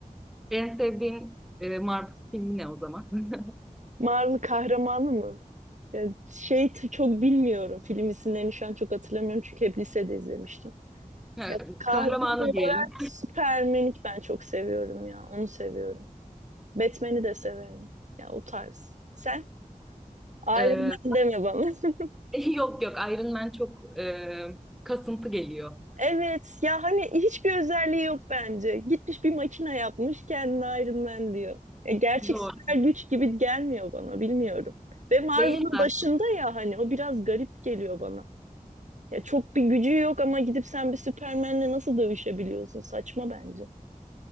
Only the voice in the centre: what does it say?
en sevdiğin e, Marvel filmi ne o zaman? <laughs>
Evet,
Kahramanı
diyelim.
Ee,
<laughs> yok yok Iron Man çok e, kasıntı geliyor.
Doğru.
Değil de